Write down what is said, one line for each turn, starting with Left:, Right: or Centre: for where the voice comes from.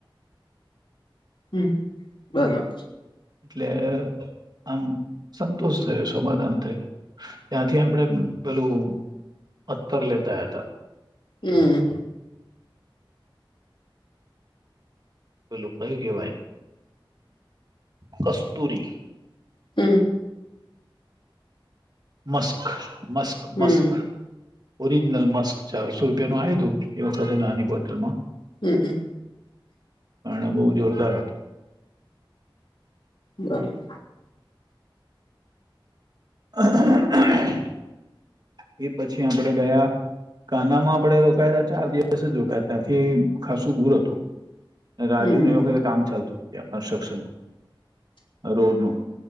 Left: હમ બરાબર
Right: એટલે આમ સંતોષ થયો સમાધાન થ ત્યાંથી આપણેે પેલું અતર લેતા હતા.
Left: હમ.
Right: પેલું કયું કેહેવાય કસ્તુરી
Left: હમ.
Right: મસ્ક મસ્ક
Left: હમ
Right: મસ્ક ઓરિજનલ મસ્ક ચારસો રૂપિયાનું આવ્યુંતું એ વખતે નાની બોટલમાં
Left: હમ હમ.
Right: પણ બોવ જોરદાર હતું.
Left: બરાબર.
Right: <inaudible> એ પછી આપણેે ગયા કાનામાં આપડે રોકાયા હતા ચાર દિવસ જ રોકાયા ત્યાંથી ખાસું દૂર હતું. રાજુનું
Left: હમ
Right: એ વખતે કામ ચાલતું ત્યાં કન્સ્ટ્રક્શનનું રોડનું